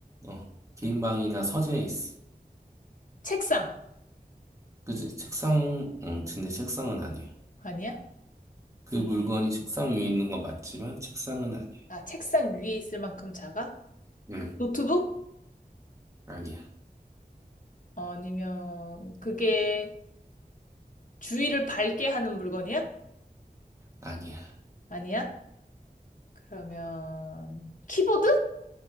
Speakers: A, on the right; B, on the left.
A: 어, 개인 방이나 서재에 있어.
B: 책상.
A: 그지? 책상, 응, 근데 책상은 아니야.
B: 아니야?
A: 그 물건이
B: 음,
A: 책상 위에 있는 건 맞지만 책상은 아니야.
B: 아, 책상 위에 있을 만큼 작아?
A: 응,
B: 노트북?
A: 아니야.
B: 아니면 그게 주위를 밝게 하는 물건이야?
A: 아니야.
B: 아니야? 그러면 키보드?